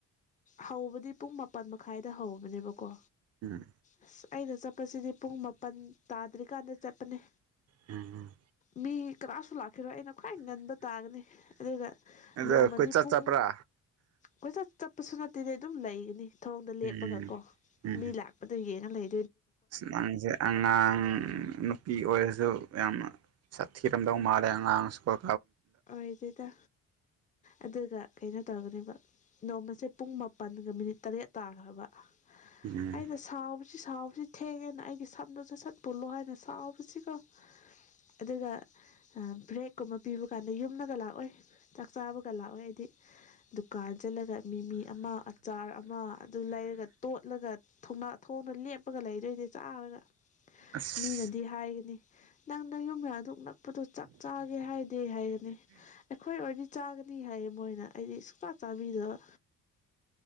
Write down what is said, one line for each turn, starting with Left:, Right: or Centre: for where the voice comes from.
Left: ꯍꯧꯕꯗꯤ ꯄꯨꯡ ꯃꯥꯄꯜ ꯃꯈꯥꯏꯗ ꯍꯧꯕꯅꯦꯕꯀꯣ
Right: ꯎꯝ
Left: ꯑꯁ ꯑꯩꯅ ꯆꯠꯄꯁꯤꯗꯤ ꯄꯨꯡ ꯃꯥꯄꯜ ꯇꯥꯗ꯭ꯔꯤꯀꯥꯟꯗ ꯆꯠꯄꯅꯦ
Right: ꯎꯝ
Left: ꯃꯤ ꯀꯅꯁꯨ ꯂꯥꯛ ꯈꯔꯣ ꯑꯩꯅ ꯈ꯭ꯋꯥꯏ ꯉꯟꯕ ꯇꯥꯒꯅꯤ ꯑꯗꯨꯒ
Right: ꯑꯗꯣ
Left: ꯅꯣꯡꯃꯗꯤ
Right: ꯀꯣꯏꯆꯠ
Left: ꯄꯨꯡ
Right: ꯆꯠꯄ꯭ꯔꯥ
Left: ꯀꯣꯏ ꯆꯠ ꯆꯠꯄꯁꯨꯅ ꯗꯤ ꯑꯗꯨꯝ ꯂꯩꯒꯅꯤ ꯊꯔꯣꯡꯗ
Right: ꯎꯝ
Left: ꯂꯦꯞꯄꯒꯀꯣ
Right: ꯎꯝ
Left: ꯃꯤ ꯂꯥꯛꯄꯗ ꯌꯦꯡꯉ ꯂꯩ
Right: ꯅꯪꯁꯦ ꯑꯉꯥꯡ ꯅꯨꯄꯤ ꯑꯣꯏꯔꯁꯨ ꯌꯥꯝꯅ ꯆꯠꯊꯤꯔꯝꯗꯧ ꯃꯥꯜꯂꯦ ꯑꯉꯥꯡ ꯁ꯭ꯀꯣꯜ
Left: ꯑꯣꯏꯗꯤꯗ ꯑꯗꯨꯒ ꯀꯩꯅꯣ ꯇꯧꯔꯒꯅꯦꯕ ꯅꯣꯡꯃꯁꯦ ꯄꯨꯡ ꯃꯥꯄꯟꯒ ꯃꯤꯅꯤꯠ ꯇꯔꯦꯠ ꯇꯥꯈ꯭ꯔꯕ
Right: ꯎꯝ
Left: ꯑꯩꯅ ꯁꯥꯎꯕꯁꯤ ꯁꯥꯎꯕꯁꯤ ꯊꯦꯡꯉꯦꯅ ꯑꯩꯒꯤ ꯁꯝꯗꯨꯣ ꯆꯠ ꯁꯠ ꯄꯨꯜꯂꯣ ꯍꯥꯏꯅ ꯁꯥꯎꯕꯁꯤꯀꯣ ꯑꯗꯨꯒ ꯕ꯭ꯔꯦꯛꯀꯨꯝꯕ ꯄꯤꯕ ꯀꯥꯟꯗ ꯌꯨꯝꯅꯒ ꯂꯥꯛꯑꯣꯏ ꯆꯥꯛ ꯆꯥꯕꯒ ꯂꯥꯛꯑꯣꯏ ꯑꯩꯗꯤ ꯗꯨꯀꯥꯟ ꯆꯠꯂꯒ ꯃꯤꯃꯤ ꯑꯃ ꯑꯆꯥꯔ ꯑꯃ ꯑꯗꯨ ꯂꯩꯔꯒ ꯇꯣꯠꯂꯒ ꯊꯅꯥ ꯊꯣꯡꯅ ꯂꯦꯞꯄꯒ ꯂꯩꯔꯦꯅꯦ ꯆꯥꯔꯒ
Right: ꯑꯁ
Left: ꯃꯤꯅꯗꯤ ꯍꯥꯏꯌꯦꯅꯦ ꯅꯪꯅ ꯌꯨꯝ ꯃꯌꯥꯗꯨ ꯅꯛꯄꯗꯣ ꯆꯥꯛ ꯆꯥꯒꯦ ꯍꯥꯏꯗꯦ ꯍꯥꯏꯌꯦꯅꯦ ꯑꯩꯈꯣꯏ ꯑꯣꯏꯔꯗꯤ ꯆꯥꯒꯅꯤ ꯍꯥꯏꯌꯦ ꯃꯣꯏꯅ ꯑꯩꯗꯤ ꯁꯨꯛꯆꯥ ꯆꯥꯕꯤꯗꯕ